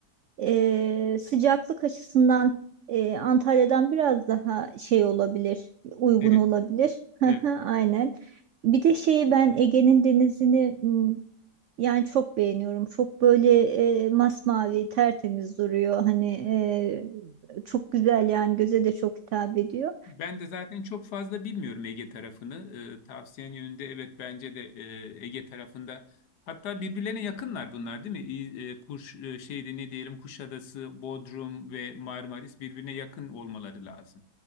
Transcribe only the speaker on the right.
e, sıcaklık açısından e, Antalya'dan biraz daha şey olabilir, uygun
olabilir. <laughs> Hı
hı, Aynen. Bir de şeyi ben Ege'nin denizini mm, yani çok beğeniyorum. Çok böyle e, masmavi, tertemiz duruyor. Hani e, çok güzel yani göze de çok hitap ediyor.